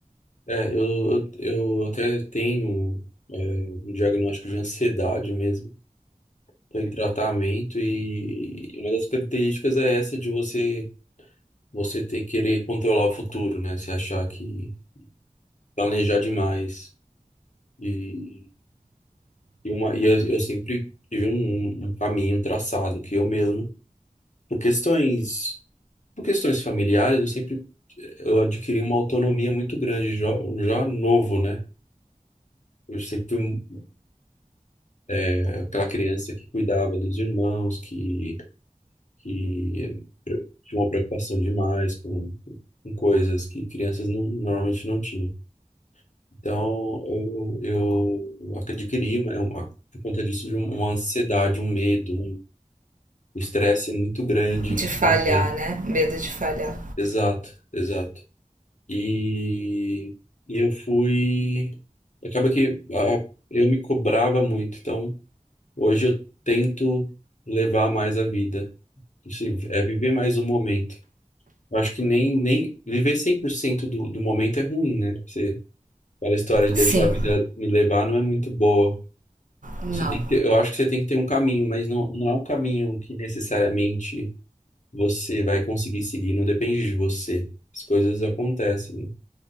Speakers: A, on the left (about 65°); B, on the right (about 80°).
A: É, eu, eu, eu até tenho é, um diagnóstico de ansiedade mesmo. Estou em tratamento e uma das características é essa de você você ter querer controlar o futuro, né? Você achar que planejar demais. E E, uma, e eu, eu sempre tive um, um caminho um traçado que eu mesmo, por questões, por questões familiares, eu sempre eu adquiri uma autonomia muito grande, já, já novo, né? Eu sempre fui um- é, aquela criança que cuidava dos irmãos, que, que pre- tinha uma preocupação demais com, com coisas que crianças não, normalmente não tinham. Então, eu, eu adquiri, uma, uma- por conta disso, de uma ansiedade, um medo, O estresse é muito grande.
B: de falhar,
A: Ontem.
B: né? Medo de falhar.
A: Exato, exato. E, e eu fui. Acaba que ah, eu me cobrava muito. Então, hoje eu tento levar mais a vida. Assim, é viver mais o momento. Eu acho que nem, nem viver 100% do, do momento é ruim, né? Você, aquela história de
B: Sim,
A: deixar a vida me levar não é muito boa.
B: não.
A: Você tem que ter- eu acho que você tem que ter um caminho, mas não, não é um caminho que necessariamente você vai conseguir seguir, não depende de você. As coisas acontecem, né?